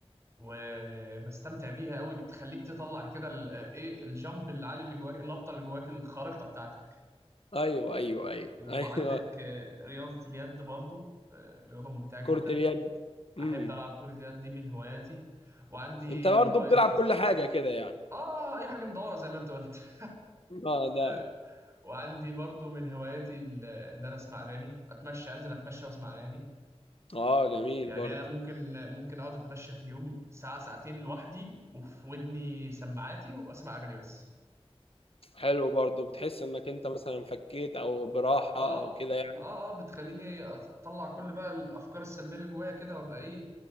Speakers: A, on the right; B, on the left.
A: وبستمتع بيها قوي بتخليك تطلع كده ال- آه، ايه الجامب العالي اللي جواك النطة اللي جواك الخارقة بتاعتك
B: ايوه ايوه ايوه
A: وعندك
B: <laughs> ايوه
A: آه، رياضة اليد برضو آه، رياضة ممتعة جدا
B: كرة اليد امم
A: احب العب كرة اليد دي من هواياتي وعندي
B: انت برضه
A: هواية
B: بتلعب كل حاجه كده يعني
A: اه اي حاجة مدورة زي ما انت قلت <laughs>
B: اه ده
A: آه، وعندي برضو من هواياتي ال- ان انا اسمع اغاني اتمشى انزل اتمشى واسمع اغاني
B: اه جميل
A: يعني
B: برضه
A: انا ممكن ممكن اقعد اتمشى في اليوم ساعة ساعتين لوحدي وفي ودني سماعاتي واسمع اغاني بس
B: حلو برضه بتحس انك انت مثلا فكيت او براحة
A: اه
B: او كده يعني
A: اه اه بتخليني اطلع كل بقى الافكار السلبيه اللي جوايا كده وابقى ايه